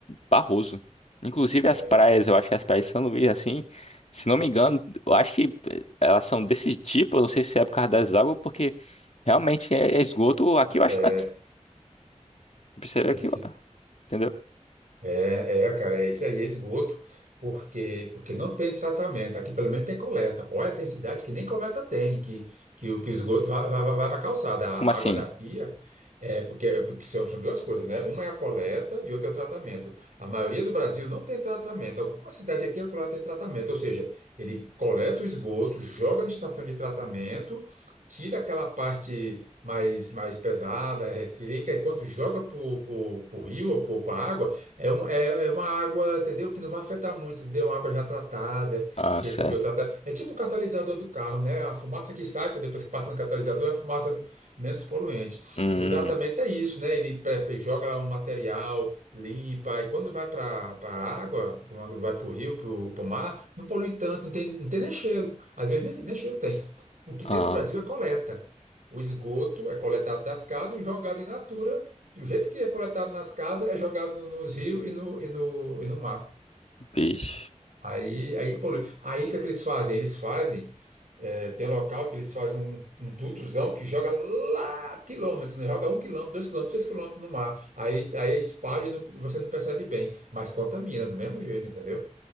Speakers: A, on the left (about 60°); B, on the right (about 85°).
A: barroso. Inclusive
B: É,
A: as praias, eu acho que as praias de São Luís assim, se não me engano, eu acho que eh, elas são desse tipo, eu não sei se é por causa das águas, porque realmente é é esgoto aqui, eu
B: é,
A: acho que aqui. Percebeu
B: é,
A: aqui,
B: é
A: ó, entendeu?
B: É, é, cara, é isso aí, é esgoto, porque, porque não tem tratamento. Aqui pelo menos tem coleta. Olha, tem cidade que nem coleta tem, que, que, o que o esgoto vai, vai, vai vai para a calçada. A
A: Como assim?
B: água da pia, é, porque, é, porque são, são duas coisas, né? Uma é a coleta e outra é o tratamento. A maioria do Brasil não tem tratamento. Alguma cidade aqui e acolá tem tratamento, ou seja, ele coleta o esgoto, joga na estação de tratamento, tira aquela parte mais, mais pesada, resseca, e quando joga para o rio ou para a água. É, um- é- é uma água, entendeu? Que não vai afetar muito, entendeu? Água já tratada,
A: Ah,
B: que
A: certo.
B: recebeu tratamento. É tipo o catalisador do carro, né? A fumaça que sai quando- depois que passa no catalisador é a fumaça menos poluente.
A: Hum,
B: O tratamento é isso, né? Ele pre- joga lá um material, limpa, e quando vai para a água, quando vai para o rio, para o mar, não polui tanto, não tem, não tem nem cheiro. Às vezes nem, nem cheiro tem. O que
A: ah,
B: tem no Brasil é coleta. O esgoto é coletado das casas e jogado em natura do jeito que é coletado nas casas, é jogado no- nos rios e no, e no, e no mar.
A: bicho.
B: Aí, aí, polui. Aí, o que é que eles fazem? Eles fazem, é, tem um local que eles fazem um, um tutuzão que joga lá quilômetros, né? Joga um quilômetro, dois quilômetros, três quilômetros no mar. Aí, aí é espalha e não- você não percebe bem, mas contamina do mesmo jeito, entendeu?